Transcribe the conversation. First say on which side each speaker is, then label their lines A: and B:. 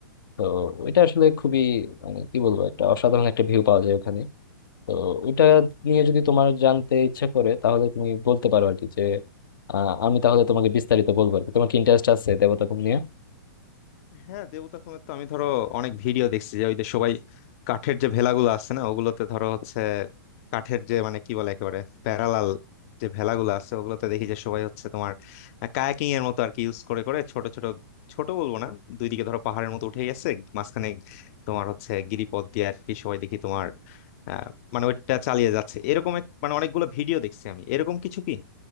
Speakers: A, on the left; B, on the left.
A: তো ওইটা আসলে খুবই মানে কি বলবো একটা অসাধারণ একটা ভিউ পাওয়া যায় ওখানে তো ওইটা নিয়ে যদি তোমার জানতে ইচ্ছা করে তাহলে তুমি বলতে পারো আর কি যে আহ, আমি তাহলে তোমাকে বিস্তারিত বলবো আর কি তোমার কি ইন্টারেস্ট আছে দেবতাখুম নিয়ে
B: হ্যাঁ দেবতা খুনের তো আমি ধরো অনেক ভিডিও দেখছি যে ওই যে সবাই কাঠের যে ভেলাগুলো আছে না ওগুলোতে ধরো হচ্ছে কাঠের যে মানে কি বলে একেবারে প্যারালাল যে ভেলাগুলো আছে ওগুলোতে দেখি যে সবাই হচ্ছে তোমার কায়াকিং এর মতো আর কি ইউজ করে করে ছোট ছোট ছোট বলবো না দুই দিকে ধরো পাহাড়ের মতো উঠে গেছে মাঝখানে তোমার হচ্ছে গিরিপথ দিয়ে আর কি সবাই দেখি তোমার আহ মানে ওইটা চালিয়ে যাচ্ছে এরকম এক- মানে অনেকগুলো ভিডিও দেখছি আমি এরকম কিছু কি